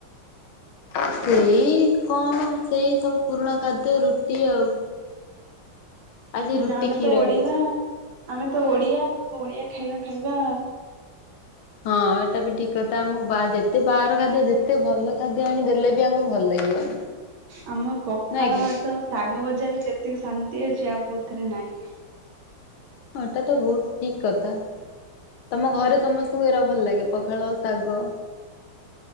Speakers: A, on the left; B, on the right.
A: ସେଇ କଣ ସେଇ ସବୁ ପୁରୁଣା ଖାଦ୍ୟ ରୁଟି ଆଉ। ଆଜି
B: ହୁଁ,
A: ରୁଟି
B: ଆମେ
A: କ୍ଷୀର
B: ତ ଓଡିିବା
A: ହେଇଛି।
B: ଆମେ ତ ଓଡିଆ ଓଡିଆ ଖାଇବା ଖାଇବା ଆଉ।
A: ହଁ ଏଇଟା ବି ଠିକ୍ କଥା, ଆମୁକୁ ବା ଯେତେ ବାହାର ଖାଦ୍ୟ ଯେତେ ଭଲ ଖାଦ୍ୟ ଆଣି ଦେଲେ ବି ଆମୁକୁ ଭଲ ଲାଗିବନି।
B: ହ ଆମ ପଖାଳ
A: ନାଇଁ କି
B: ଭାତ ଆଉ ଶାଗ ବଜାରେ ଯେତିକି ଶାନ୍ତି ଅଛି ଆଉ କୋଉଥିରେ ନାହିଁ।
A: ହଁ ଏଟା ତ ବହୁତ୍ ଠିକ୍ କଥା। ତମ ଘରେ ସମସ୍ତଙ୍କୁ ଏଇରା ଭଲ ଲାଗେ ପଖାଳ, ଶାଗ।